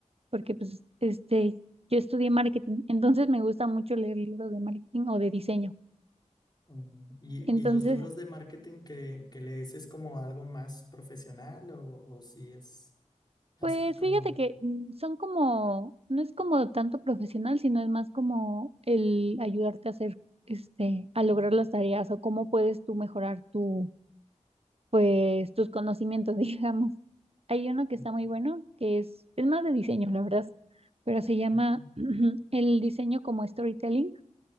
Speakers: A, on the right; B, on the left.
A: porque pues, este, yo estudié marketing, entonces me gusta mucho leer libros de marketing o de diseño.
B: Mm, ¿Y,
A: Entonces,
B: y los libros de marketing que, que lees es como algo más profesional o, o si es así
A: pues
B: como...
A: fíjate que mm, son como, no es como tanto profesional, sino es más como el ayudarte a hacer, este, a lograr las tareas o cómo puedes tú mejorar tu pues tus conocimientos, <laughs> digamos. Hay uno que
B: mm,
A: está muy bueno, que es, es más de diseño, la verdad, pero se llama
B: ujú,
A: <clears throat> el diseño como storytelling